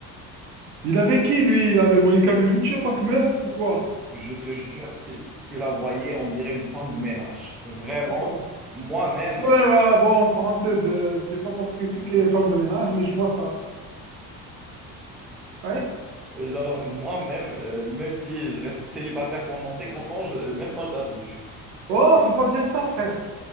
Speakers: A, on the right; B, in the centre.
A: Il avait qui, lui? Il avait Monica Bellucci en tant que meuf ou quoi?
B: Je te jure, si tu la voyais, on dirait une femme de ménage. Vraiment.
A: Oh, pardon.
B: Moi-même,
A: Ouais, ouais, bon, en parenthèse, euh, c'est pas pour critiquer les femmes de ménage, mais je vois ça. Ouais?
B: Genre, moi-même, euh, même si je reste célibataire pendant 50 ans, je- même pas je la touche.
A: Oh, faut pas dire ça, frère.